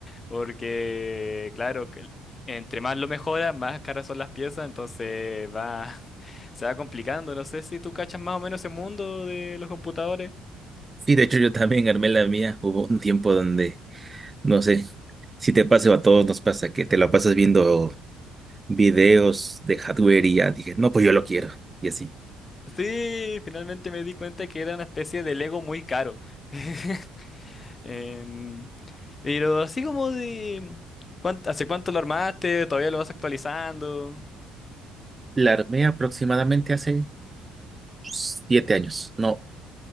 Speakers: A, on the left; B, on the right.
A: Porque, claro, que entre más lo mejora, más caras son las piezas, entonces va, <laughs> se va complicando. No sé si tú cachas más o menos ese mundo de los computadores.
B: Sí, de hecho yo también armé la mía. Hubo un tiempo donde, no sé, si te pasa o a todos nos pasa que te la pasas viendo videos de hardware y ya dije, no, pues yo lo quiero y así.
A: Sí, finalmente me di cuenta que era una especie de Lego muy caro. <laughs> Em, pero así como de... ¿cuán- ¿Hace cuánto lo armaste? ¿Todavía lo vas actualizando?
B: La armé aproximadamente hace siete años, no,